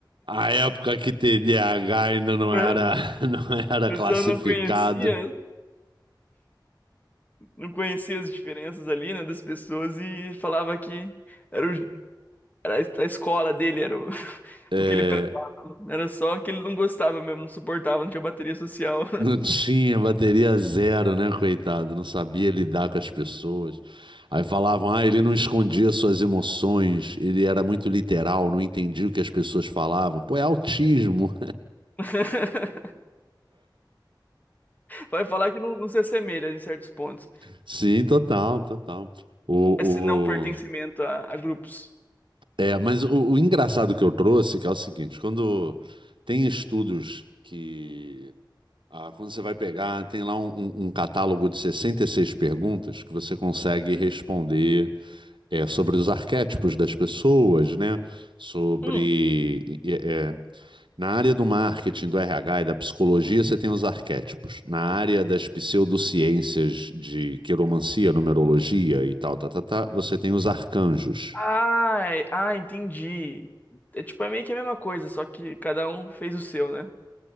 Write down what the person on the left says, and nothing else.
<laughs> A
pessoa
não conhecia. não conhecia as diferenças ali, né, das pessoas e falava que era, o- era a escola dele, era o, <laughs>
o que ele prestava. Era só que ele não gostava mesmo, não suportava, não tinha bateria social.
<laughs> Vai falar que não, não se assemelha em certos pontos,
esse não pertencimento
a, a grupos.
Hum.
Ah, ah, entendi. É tipo, é meio que a mesma coisa, só que cada um fez o seu, né?